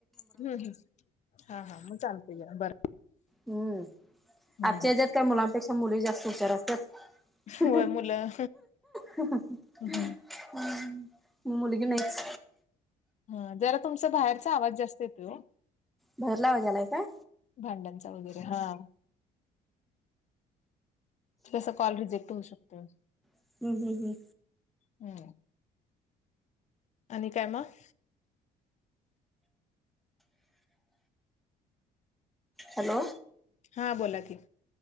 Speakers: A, on the left; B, in the centre.
A: हम्मं हम्मं हां हां मं चालतें बरं
B: हम्मं
A: हम्म
B: आजच्या यांच्यात कायं मुलांपेक्षा मुलीं जास्तं हूशार असतांत <inaudible> <unintelligible>
A: होय मुलं
B: हम्मं
A: हम्म.
B: मं मुलगी नाहींच
A: हं जरां तुमंचा बाहेरचां आवांज जास्तं येतो
B: भाहेरला आवांज यांय लागला कां
A: भांड्यांचा वगैरें हां जसं कॉल रिजेक्टं तुमचं
B: हम्म हम्म हम्म
A: हम्मं आणि कायं मंग
B: हॅलो
A: हां बोला की